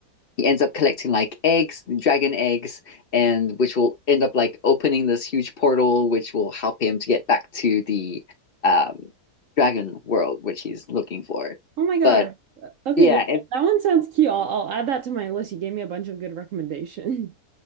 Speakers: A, on the left; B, on the right.
A: he ends up collecting like eggs dragon eggs and which will end up like opening this huge portal which will help him to get back to the um dragon world which he's looking for
B: Oh my gosh.
A: but
B: Okay,
A: yeah
B: yeah, that one sounds cute. I'll, I'll add that to my list. You gave me a bunch of good recommendations. <laughs>